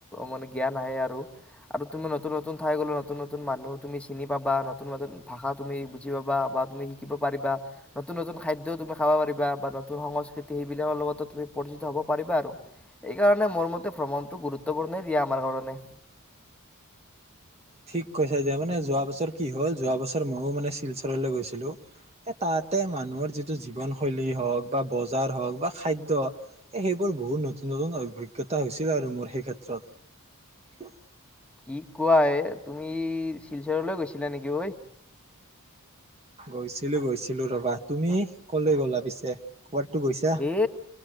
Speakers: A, in the centre; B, on the right.
A: মান জ্ঞান আহে আৰু আৰু তুমি নতুন নতুন ঠাই গলে নতুন নতুন মানুহ তুমি চিনি পাবা নতুন নতুন ভাষা তুমি বুজি পাবা বা তুমি শিকিব পাৰিবা নতুন নতুন খাদ্যও তুমি খাব পাৰিবা বা নতুন সংস্কৃতি সেইবিলাকৰ লগতো তুমি পৰিচিত হ'ব পাৰিবা আৰু এই কাৰণে মোৰ মতে ভ্ৰমণটো গুৰুত্বপূৰ্ণনেই আমাৰ কাৰণে
B: ঠিক কৈছে এতিয়া মানে যোৱা বছৰ কি হল যোৱা বছৰ ময়ো মানে শিলচৰলৈ গৈছিলো এ তাতে মানুহৰ যিটো জীৱনশৈলী হওঁক বা বজাৰ হওক বা খাদ্য এ সেইবোৰ বহুত নতুন নতুন অভিজ্ঞতা হৈছিল আৰু মোৰ সেই ক্ষেত্ৰত
A: কি কোৱা এ তুমি শিলচৰলৈ গৈছিলা নেকি ঐ
B: গৈছিলো গৈছিলো ৰবা তুমি কলে গলা পিছে ক'বাততো গৈছা
A: এ